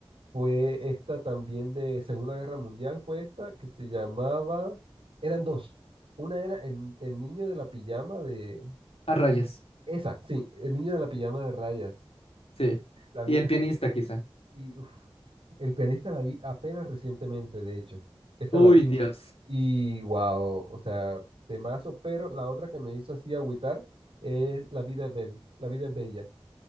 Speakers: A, on the right; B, on the left.
A: fue esta también de Segunda Guerra Mundial, fue esta, que se llamaba, eran dos. Una era el, el niño de la pijama de...
B: a rayas,
A: Esa, sí, el niño de la pijama de rayas.
B: sí.
A: La vi
B: Y
A: muy
B: el pianista
A: pequeño
B: quizá.
A: y uf, el pianista la vi apenas recientemente, de hecho. Esa
B: Uy,
A: la vi
B: Dios.
A: y wow, o sea, temazo, pero la otra que me hizo así agüitar es La vida es bella, La vida es bella.